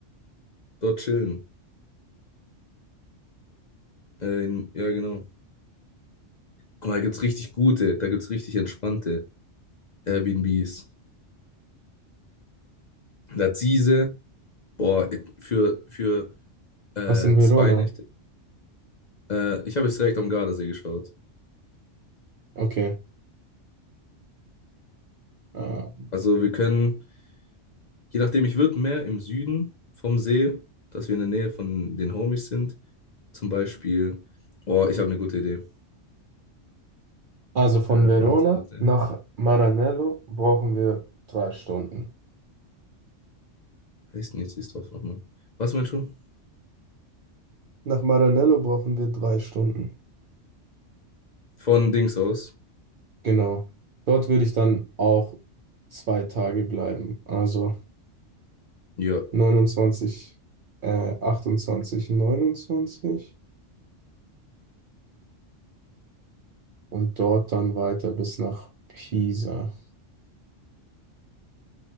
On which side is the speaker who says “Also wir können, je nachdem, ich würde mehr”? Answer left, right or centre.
Left